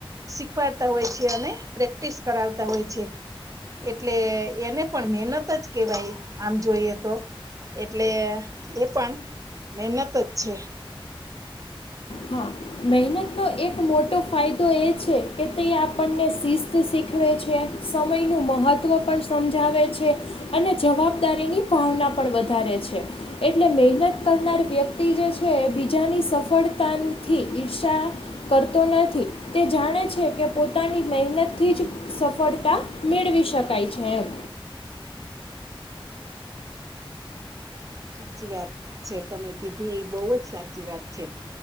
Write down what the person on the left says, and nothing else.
હા મહેનતનો એક મોટો ફાયદો એ છે કે તે આપણને શિસ્ત શીખવે છે. સમયનું મહત્ત્વ પણ સમજાવે છે અને જવાબદારીની ભાવના પણ વધારે છે. એટલે મહેનત કરનાર વ્યક્તિ જે છે બીજાની સફળતા થી ઈર્ષા કરતો નથી તે જાણે છે કે પોતાની મહેનતથી જ સફળતા મેળવી શકાય છે, એમ